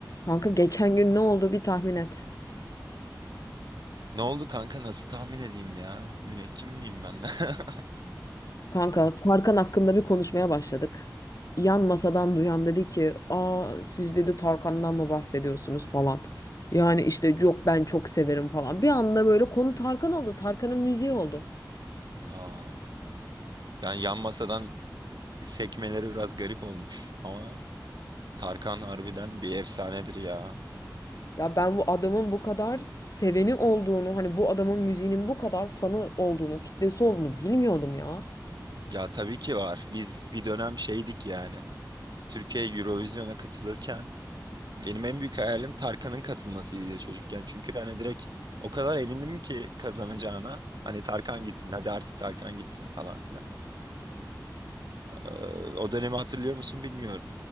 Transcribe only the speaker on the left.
Kanka geçen gün ne oldu bir tahmin et.
Kanka Tarkan hakkında bir konuşmaya başladık. Yan masadan duyan dedi ki, "Aa siz dedi Tarkan'dan mı bahsediyorsunuz falan." Yani işte yok ben çok severim falan. Bir anda böyle konu Tarkan oldu. Tarkan'ın müziği oldu.
Ya ben bu adamın bu kadar seveni olduğunu, hani bu adamın müziğinin bu kadar fanı olduğunu, kitlesi olduğunu bilmiyordum ya.